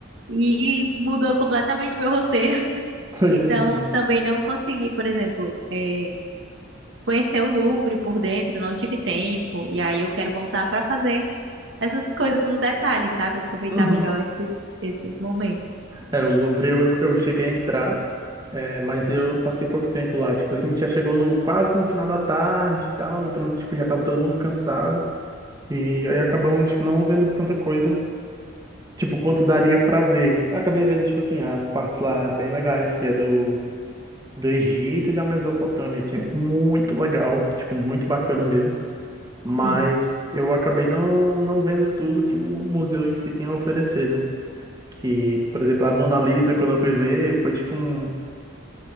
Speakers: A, on the right (about 65°); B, on the right (about 20°).
A: E mudou completamente meu roteiro. <laughs>
B: <laughs> Tô entendendo.
A: Então, também não consegui, por exemplo... é, conhecer o Louvre por dentro, não tive tempo. E aí eu quero voltar para fazer essas coisas no detalhe, sabe? Aproveitar
B: Uhum.
A: melhor esses, esses momentos.
B: É, o Louvre eu, eu cheguei a entrar, é, mas eu passei pouco tempo lá. Tipo, a gente já chegou no, quase no final da tarde e tal, então, tipo, já tava todo mundo cansado. E aí acabamos, tipo, não vendo tanta coisa, tipo, quanto daria pra ver. Eu acabei vendo, tipo assim, as partes lá bem legais, que é do do Egito e da Mesopotâmia, que é muito legal, tipo, muito bacana mesmo. Mas
A: Sim,
B: eu acabei não, não vendo tudo que o museu em si tem a oferecer, né? Que, por exemplo, a Mona Lisa, quando eu fui ver, foi tipo um,